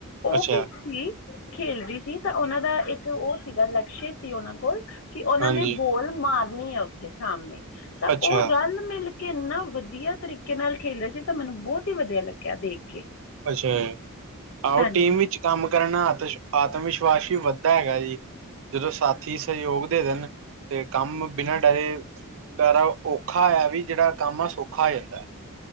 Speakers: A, on the left; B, on the right.
A: ਓ
B: ਅੱਛਾ
A: ਕੀ ਸੀ ਖੇਲ ਰੀ ਸੀ ਤਾਂ ਓਨਾਂ ਦਾ ਇੱਕ ਓ ਸੀਗਾ ਲਕਸ਼ਯ ਸੀ ਓਨਾਂ ਕੋਲ ਕੀ ਓਨਾਂ
B: ਹਾਂਜੀ
A: ਨੇ ਬੋਲ ਮਾਰਨੀ ਐ ਓਥੇ ਸਾਮਨੇ। ਤਾਂ
B: ਅੱਛਾ
A: ਓ ਰਲ ਮਿਲ ਕੇ ਏਨਾ ਵਦੀਆ ਤਰੀਕੇ ਨਾਲ ਖੇਲ ਰਏ ਸੀ ਤਾਂ ਮੈਨੂੰ ਬੋਤ ਵਦੀਆ ਲੱਗੇਆ ਦੇਖ ਕੇ।
B: ਅੱਛਾ ਆਓ
A: ਹਾਂਜੀ
B: ਟੀਮ ਵਿੱਚ ਕੰਮ ਕਰਨਾ ਆਤਸ਼ ਆਤਮ ਵਿਸ਼ਵਾਸ ਵੀ ਵੱਦਦਾ ਹੈਗਾ ਜੀ। ਜਦੋਂ ਸਾਥੀ ਸਹਿਯੋਗ ਦੇ ਦੇਨ ਤੇ ਕੰਮ ਬਿਨਾਂ ਡਰੇ ਡਰਾ ਓ ਔਖਾ ਆ ਵੀ ਜੇੜਾ ਕੰਮ ਆ ਸੌਖਾ ਹੋ ਜਾਂਦੈ।